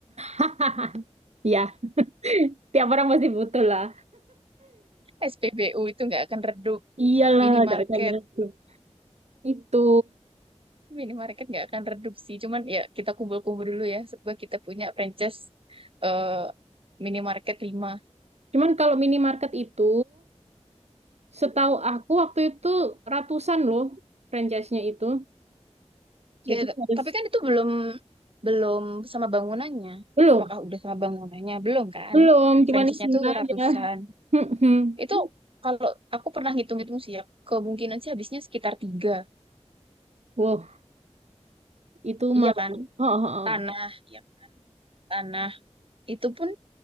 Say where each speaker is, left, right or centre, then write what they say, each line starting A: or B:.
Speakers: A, on the right; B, on the right.
A: Hah, Ya, tiap orang pasti butuh lah.
B: <laughs> SPBU itu nggak akan redup,
A: Iyalah,
B: minimarket,
A: gak akan redup. Itu.
B: minimarket nggak akan redup sih. Cuman ya kita kumpul-kumpul dulu ya. Semoga kita punya franchise eh, minimarket lima
A: Cuman kalau minimarket itu, setahu aku waktu itu ratusan loh franchise-nya itu. Jadi
B: Ya, t-
A: harus
B: tapi kan itu belum belum sama bangunannya.
A: belum,
B: Apakah udah sama bangunannya? Belum kan?
A: belum, cuman
B: Franchise-nya
A: isinya
B: tuh
A: aja.
B: ratusan.
A: <laughs>
B: Itu kalau aku pernah ngitung-ngitung sih ya, kemungkinan sih habisnya sekitar tiga.
A: Wow, itu
B: Iya
A: malah.
B: kan?
A: Oh, oh, oh.
B: Tanah, ya tanah itu pun